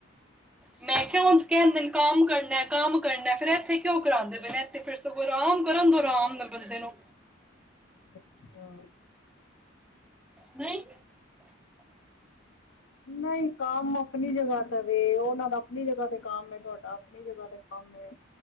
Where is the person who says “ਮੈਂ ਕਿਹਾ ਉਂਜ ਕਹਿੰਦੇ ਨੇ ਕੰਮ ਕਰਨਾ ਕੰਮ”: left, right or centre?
Centre